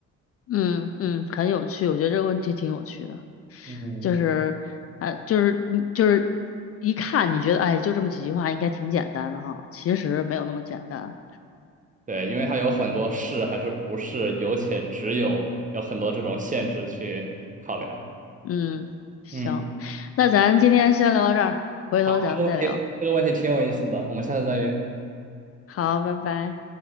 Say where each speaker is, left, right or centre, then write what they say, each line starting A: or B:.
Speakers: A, on the left; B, on the right.
A: 嗯嗯，很有趣，我觉得这个问题挺有趣的。
B: 嗯，
A: 就是呃，就是嗯就是一看你觉得哎，就这么几句话应该挺简单的哈，其实没有那么简单。
B: 对，因为它有很多是还是不是，有且只有有很多这种限制去考量。
A: 嗯，行，
B: 嗯。
A: 那咱今天先聊到这儿，回头咱们再聊。
B: 好，这个问题这个问题挺有意思的，我们下次再约。
A: 好，拜拜。